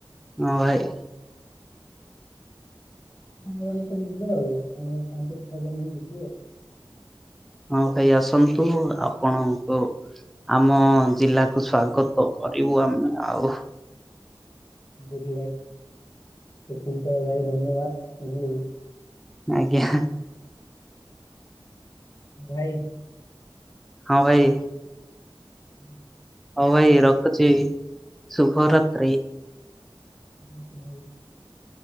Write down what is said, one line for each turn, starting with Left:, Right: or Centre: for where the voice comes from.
Centre: ହଁ ଭାଇ।
Left: ମାନ ସବୁ ଯିବେ ଆଉ ମାନେ ପାଞ୍ଚ ଛଅ ଜଣ ହଇ ଯିବି ଆଉ।
Centre: ହଁ ଭାଇ ଆସନ୍ତୁ ଆପଣଙ୍କୁ ଆମ ଜିଲ୍ଲାକୁ ସ୍ଵାଗତ କରିବୁ। ଆମେ ଆଉ।
Left: ଭାଇ ଭାଇ ଧନ୍ୟବାଦ ବୁଝିଲେ କି
Centre: ଆଜ୍ଞା।
Left: ଭାଇ
Centre: ହଁ ଭାଇ।
Left: ହୁଁ।
Centre: ହଉ ଭାଇ ରଖୁଛି ଶୁଭରାତ୍ରି।
Left: <unintelligible>